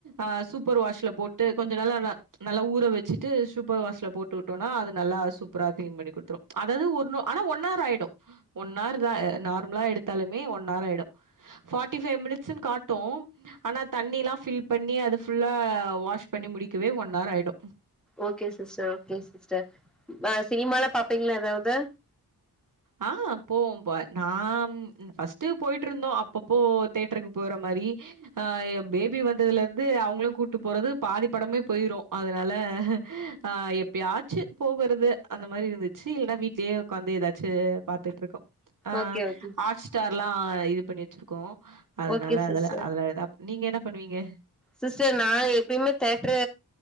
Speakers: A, on the right; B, in the centre.
A: ஆ சூப்பர் வாஷ்ல போட் டு கொஞ்ச நல்லா நா நல்லா ஊற வெச்சுட்டு சூப்பர் வாஷ்ல போட்டு உட்டோன்னா அது நல்லா சூப்பரா கிளன் பண்ணி கு துரு அதாவது ஒன்னு ஆனா ஒன்னார் ஆயிடு ஒன் ஆர் தா நார்மலா எடுத்தாலுமே ஒன் ஆர் ஆயிடு ஃபாட்டி ஃபைவ் மினிட்ஸ்ன் காட்டு ஆனா தண்ணில்லா ஃபில் பண்ணி அது ஃபுல்லா வாஷ் பண்ணி முடிக்கவே ஒன் ஆர் ஆயிடு
B: ஓகே சிஸ்டர் சிஸ்டர் நா சினிமால பாப்பீங்களா ஏதாவது
A: ஆ போவோபா நா ஃபஸ்ட்டு போயிட்டு இருந்தோ அப்பப்போ தேட்டருக்கு போற மாரி ஆ ஏ பேபி வந்ததுல வந்து அவங்களையு கூட்டு போறது பாதி படமே போயிரு அதுனால ஆ எ எப்பயாச்சு போகுறது அந்த மாரி இருந்துச்சு இல்லன்னா வீடலேயே உக்காந்து ஏதா ச்சு பாத்துட்டு இருக்கோ ஆ
B: ஓகே ஓகே
A: ஹாட் ஸ்டார்ல்லா இது பண்ணி வெச்சுருக்கோ அதனால
B: ஓகே சிஸ்டர்
A: அதுல அதுல எதா நீங்க என்ன பண்ணுவீங்க
B: சிஸ்டர் நா எப்பயுமே தேட்ரு